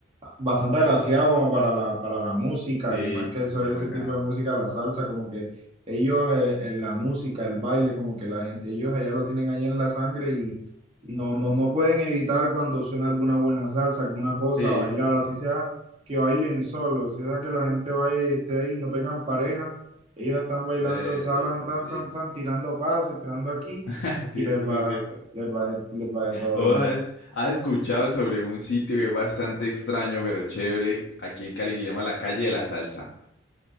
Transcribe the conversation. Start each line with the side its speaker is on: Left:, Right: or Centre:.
Right: bastante agraciado como para la, para la música
Left: Sí,
Right: y más
Left: sí,
Right: que eso,
Left: sí, es
Right: ese
Left: bacano.
Right: tipo de música, la salsa, como que ellos, eh, eh, la música, el baile, como que la gente, ellos allá lo tienen ahí en la sangre y, y no, no, no pueden evitar cuando suena alguna buena salsa, alguna cosa,
Left: Sí,
Right: bailar,
Left: sí, sí.
Right: así sea que bailen solos, así sea que la gente vaya y esté ahí, no tengan pareja, ellos están bailando,
Left: Bendito,
Right: salan, tan,
Left: sí.
Right: tan, tan, tirando pases, tirando aquí
Left: <laughs> Sí,
Right: y les
Left: eso
Right: va,
Left: sí es cierto.
Right: les va, de- les va de todo
Left: ¿Vos
Right: bien.
Left: has, has escuchado sobre un sitio que es bastante extraño, pero chévere, aquí en Cali, que se llama la Calle de la Salsa?